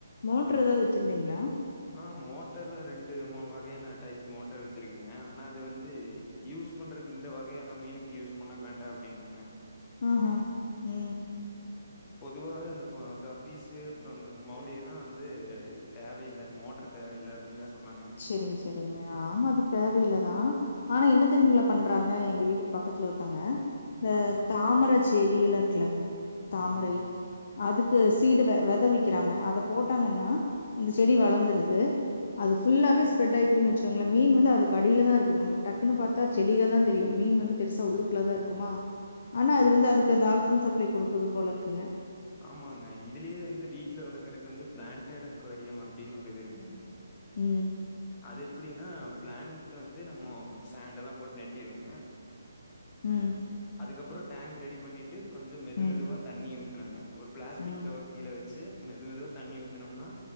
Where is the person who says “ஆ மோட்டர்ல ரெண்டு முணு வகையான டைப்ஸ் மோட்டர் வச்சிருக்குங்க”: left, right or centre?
Left